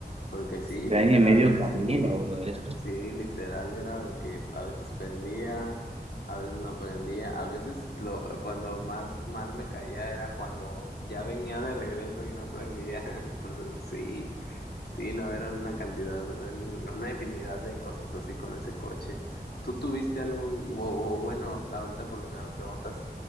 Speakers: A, on the left (about 70°); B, on the right (about 35°).
A: Porque sí,
B: Se te
A: literal,
B: daña en medio camino,
A: sí,
B: brother.
A: sí, literal era de que a veces prendía, a veces no prendía, a veces lo, cuando más mal me caía era cuando ya venía de regreso y no prendía, <laughs> entonces sí. Sí, no, eran una cantidad, en- una infinidad de cosas así con ese coche. ¿Tú tuviste algún, o, o bueno, ahorita por lo que me preguntas,